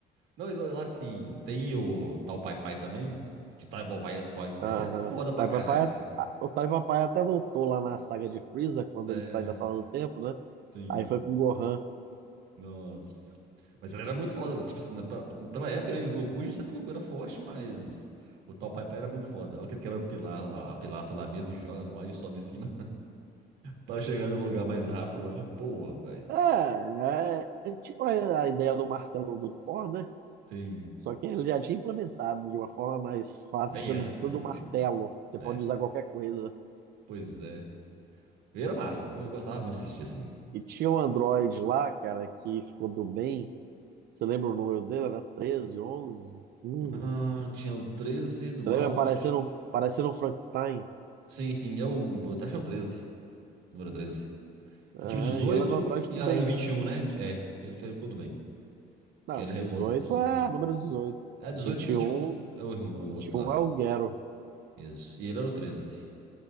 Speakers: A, on the right (about 80°); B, on the right (about 70°).
A: Não, e lá assim, tem o tal Pai Pai também? Que tal Pai Pai Pai
B: Aham.
A: era foda
B: O
A: pra
B: Tai
A: caralho,
B: Papai,
A: velho.
B: o Tai Papai até voltou lá na saga de Freeza, quando
A: É,
B: ele sai da sala do tempo, né?
A: sim.
B: Aí foi com o Gohan.
A: Nossa. Mas ele era muito foda. Tipo assim, na- pra- pela época, né, o Goku, a gente sabe que o Goku era forte, mas o tal Pai Pai era muito foda. Olha que ele quebra o pilar, a, a pilastra lá mesmo e joga no ar e sobe em cima. Pra chegar no lugar mais rápido lá, porra, velho.
B: É, é, é tipo a, a ideia do martelo do Thor, né?
A: Sim,
B: Só que ele já tinha implementado de uma forma mais fácil,
A: bem
B: que você
A: antes,
B: não precisa
A: você
B: do
A: é doido?
B: martelo, você
A: É,
B: pode usar qualquer coisa.
A: pois é. E era massa, viu? Eu gostava muito de assistir assim.
B: E tinha um Android lá, cara, que ficou do bem. Você lembra o número dele? Era 13, 11. 15.
A: Ah, tinha o treze do Malvich.
B: Você lembra parecendo, parecendo um Frankenstein?
A: Sim, sim, é o. Acho que é o 13, número 13. Que
B: Aham,
A: tinha o 18
B: e ele era um Android
A: e
B: do
A: a,
B: bem.
A: e o 21, né? É, ele fez tudo bem.
B: Não,
A: Que ele
B: 18.
A: revolta contra os outros.
B: é
A: do bem.
B: número 18.
A: É, 18
B: 21,
A: e 21 é o, irmão- o
B: 21
A: outro lá.
B: é o Gero.
A: Isso. E ele era o 13.